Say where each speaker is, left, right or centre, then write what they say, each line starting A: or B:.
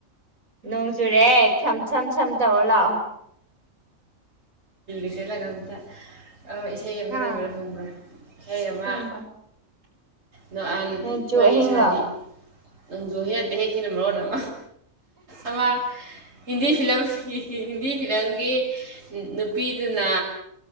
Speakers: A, on the right (about 75°); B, on the right (about 55°).
A: ꯅꯣꯡ ꯆꯨꯔꯦ ꯁꯝ ꯁꯝ ꯁꯝ ꯇꯧꯔ ꯂꯥꯛꯑꯣ
B: ꯑꯁꯦꯂ ꯀꯝꯗ ꯑ ꯏꯁꯩ ꯑꯃ
A: ꯍꯥ
B: ꯂꯩꯕꯗꯣ ꯈꯪꯕ꯭ꯔꯥ ꯏꯁꯩ ꯑꯃ
A: ꯊꯝꯕ
B: ꯅꯍꯥꯟ
A: ꯅꯣꯏꯆꯨ
B: ꯃꯣꯏꯒꯤ
A: ꯑꯍꯤꯡꯂꯣ
B: ꯁꯥꯗꯤ ꯅꯪꯁꯨ ꯍꯦꯛꯇ ꯍꯦꯛ ꯁꯤꯅ ꯃꯔꯣ ꯅꯪ ꯑꯃ ꯍꯤꯟꯗꯤ ꯐꯤꯂꯝ ꯍꯤꯟꯗꯤ ꯐꯤꯂꯝꯒꯤ ꯅꯨꯄꯤꯗꯨꯅ